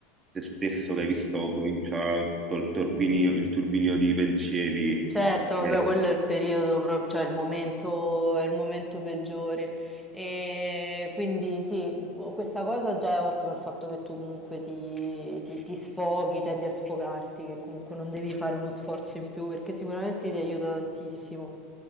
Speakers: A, on the right; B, in the centre.
A: se stesso, che hai visto comincia col turbinio, il turbinio di pensieri.
B: Certo,
A: eh,
B: vabbè, quello è il periodo proprio, cioè il momento, è il momento peggiore. E quindi sì, questa cosa già è ottima, il fatto che tu comunque ti, ti- ti sfoghi, tendi a sfogarti, che comunque non devi fare uno sforzo in più, perché sicuramente ti aiuta tantissimo.